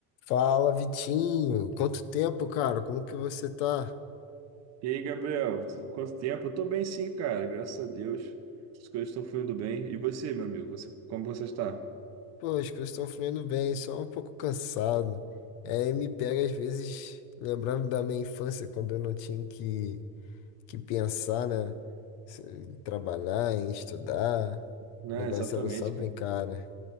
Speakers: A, on the left; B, on the right.
A: Fala, Vitinho. Quanto tempo, cara? Como que você tá?
B: E aí, Gabriel, tu- quanto tempo? Eu tô bem sim, cara, graças a Deus. As coisas estão fluindo bem. E você, meu amigo, você, como você está?
A: Pô, as coisas estão fluindo bem, só um pouco cansado. É, me pega às vezes lembrando da minha infância, quando eu não tinha que, que pensar, né? Se- Em trabalhar, em estudar.
B: Não,
A: O negócio
B: exatamente,
A: era só brincar,
B: cara.
A: né?